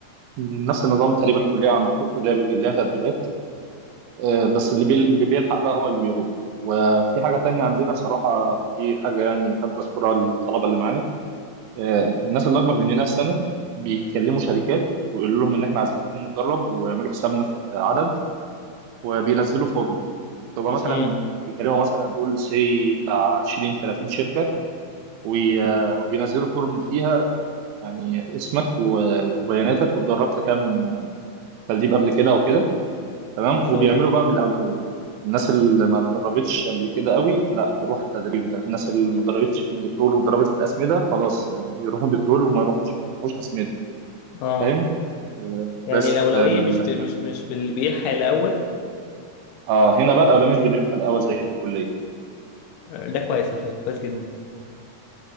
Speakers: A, on the right; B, on the left.
A: نفس النظام تقريبا الكليه عندكم الكليه بيجي لها تدريبات آه، بس اللي بي... اللي بيلحق بقى هو اللي بيروح وفي حاجه تانية عندنا بصراحه دي حاجه يعني احب اشكرها للطلبه اللي معانا آه، الناس اللي اكبر مننا بسنه بيكلموا شركات ويقولوا لهم ان احنا عايزين نتدرب ويعملوا حسابنا في عدد وبينزلوا فورم تبقى مثلا
B: امم
A: بيكلموا مثلا قول سي بتاع 20 30 شركه وي- آه، وبينزلوا فورم فيها يعني اسمك و- وبياناتك واتدربت كام تدريب قبل كده او كده تمام
B: ما شاء
A: وبيعملوا
B: الله
A: بقى بالاولويه الناس اللي ما اتدربتش قبل كده قوي لا تروح التدريب ده الناس اللي ما اتدربتش في البترول واتدربت في الاسمده خلاص آه، يروحوا بترول وما يروحوش يروحوش اسمده
B: اه
A: فاهم آه،
B: يعني
A: بس
B: الأولوية
A: آه، لكن
B: مش ب... مش مش باللي بيلحق الأول
A: اه هنا بقى الاولويه مش بنربحها الاول زي في الكليه
B: ده كويس على فكرة كويس جدا